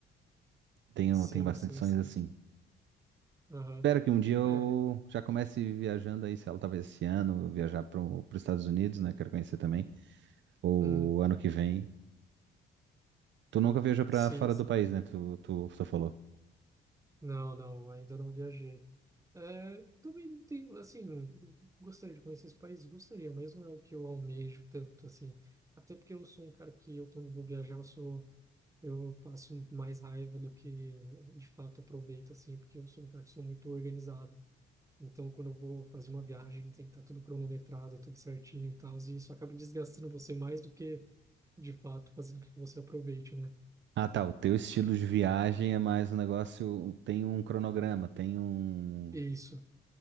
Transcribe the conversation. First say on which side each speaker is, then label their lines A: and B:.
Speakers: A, on the right (about 65°); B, on the right (about 15°).
A: Tenho,
B: Sim,
A: tenho bastante
B: sim,
A: sonhos
B: sim.
A: assim.
B: Aham.
A: Espero que um dia eu
B: É.
A: já comece viajando aí, sei lá, talvez esse ano, viajar para os Estados Unidos, né? Quero conhecer também. Ou
B: Uhum.
A: ano que vem. Tu nunca viajou para
B: Sim,
A: fora
B: sim.
A: do país, né? Tu, tu, tu falou.
B: Não, não, ainda não viajei. É, também não tenho, assim, gostaria de conhecer esse país, gostaria mesmo, é o que eu almejo tanto, assim. Até porque eu sou um cara que eu, quando vou viajar, eu sou Eu passo mais raiva do que de fato aproveito, assim, porque eu sou um cara que sou muito organizado. Então, quando eu vou fazer uma viagem, tem que estar tudo cronometrado, tudo certinho e tal, e isso acaba desgastando você mais do que de fato fazendo com que você aproveite, né?
A: Ah, tá. O teu estilo de viagem é mais um negócio. Tem um cronograma, tem um
B: Isso.